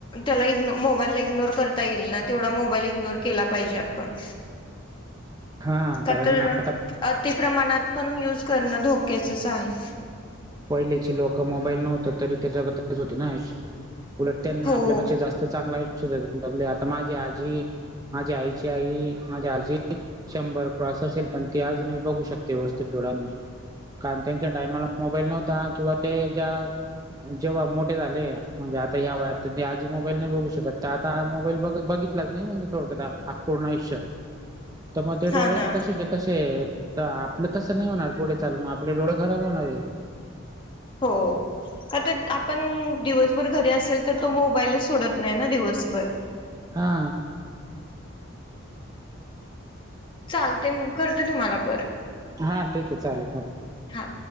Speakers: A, on the left; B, on the right.
A: त्याला मोबाईलला इग्नोर मोबाईलला इग्नोर करता येईल ना तेवढा मोबाईल इग्नोर केला पाहिजे आपण
B: हा
A: का
B: कारण
A: तर
B: आता
A: अतिप्रमाणात पण युज करणं धोक्याचच आहे
B: पहिल्याची लोक मोबाईल नव्हत तरी ते जगतच होती ना आयुष्य उलट त्यांनी
A: हो
B: आपल्यापेक्षा जास्त चांगलं आयुष्य जगले आता माझी आजी माझी आईची आई माझी आजी शंभर क्रॉस असेल पण ती अजून बघू शकते व्यवस्थित डोळांनी कारण त्यांच्या टायमाला मोबाईल नव्हता किंवा ते ज्या जेव्हा मोठे झाले म्हणजे आता ह्या वयात ते आजी मोबाईल नाही बघू शकतात आता मोबाईल ब बघितलाच नाही म्हणजे थोडक्यात पूर्ण आयुष्य तर मग ते डोळे
A: हा ना
B: तसेच आहेत कसे आपलं तसं नाही होणार पुढे चालून आपले डोळे खराब होणार आहे.
A: हो का तर आपण दिवसभर घरी असेल तर तो मोबाईलच सोडत नाही ना दिवसभर.
B: हा
A: चालते मग करते तुम्हाला परत.
B: हा ठीक आहे चालेल हो.
A: हा.